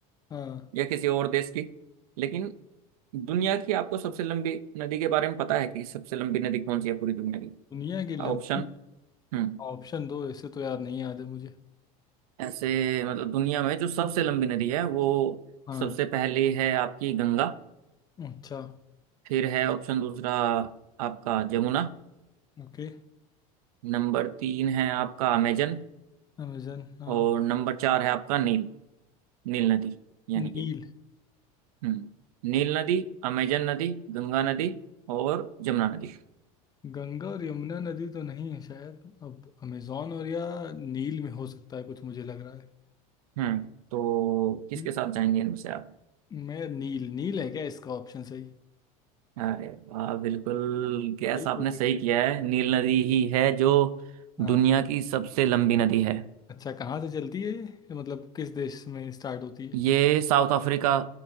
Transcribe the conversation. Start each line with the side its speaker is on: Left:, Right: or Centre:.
Left: हाँ
Right: या किसी और देश की लेकिन दुनिया की आपको सबसे लंबी नदी के बारे में पता है कि सबसे लंबी नदी कौन सी है पूरी दुनिया की
Left: दुनिया की लंबी
Right: ऑप्शन हम्म
Left: ऑप्शन दो ऐसे तो यार नहीं याद है मुझे
Right: ऐसे मतलब दुनिया में जो सबसे लंबी नदी है वो
Left: हाँ
Right: सबसे पहली है आपकी गंगा
Left: अच्छा
Right: फिर है ऑप्शन दूसरा आपका जमुना
Left: ओके
Right: नंबर तीन है आपका अमेजन
Left: अमेजन हाँ
Right: और नंबर चार है आपका नील नील नदी यानी
Left: नील
Right: कि हम्म नील नदी अमेजन नदी गंगा नदी और जमुना नदी
Left: गंगा और यमुना नदी तो नहीं है शायद अब अमेजोन और या नील में हो सकता है कुछ मुझे लग रहा
Right: हम्म तो किसके
Left: है
Right: साथ जाएंगे इनमें से आप
Left: मैं नील नील है क्या इसका ऑप्शन सही
Right: अरे वाह बिल्कुल गैस
Left: सही
Right: आपने
Left: हो गया
Right: सही किया है नील नदी ही है जो
Left: हाँ
Right: दुनिया की सबसे लंबी नदी है
Left: अच्छा कहाँ से चलती है ये मतलब किस देश में स्टार्ट होती है
Right: ये साउथ अफ्रीका